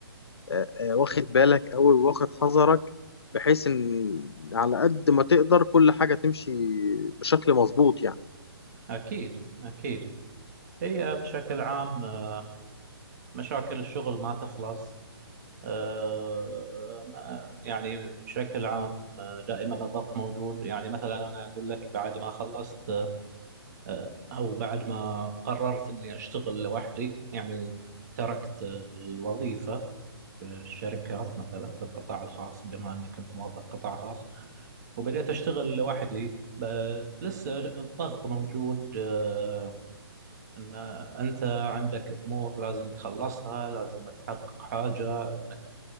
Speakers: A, on the left; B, on the right.
A: آه، آه، واخد بالك أوي واخد حذرك بحيث إن على قد ما تقدر كل حاجة تمشي بشكل مظبوط يعني
B: أكيد أكيد هي بشكل عام آه، مشاكل الشغل ما تخلص آه، آه، ما- يعني بشكل عام آه، دائما الضغط موجود يعني مثلا أنا أقول لك بعد ما خلصت آه، أو بعد ما قررت إني أشتغل لوحدي يعني تركت الوظيفة في الشركات مثلا في القطاع الخاص بما أني كنت موظف قطاع خاص وبدأت أشتغل لوحدي ب- لسه الضغط موجود آه، ان انت عندك امور لازم تخلصها لازم تحقق حاجه انك